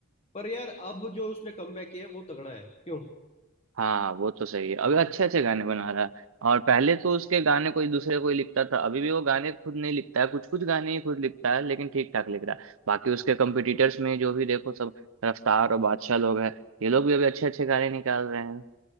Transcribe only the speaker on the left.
पर यार अब जो उसने कमबैक किया है वो तगड़ा है क्यों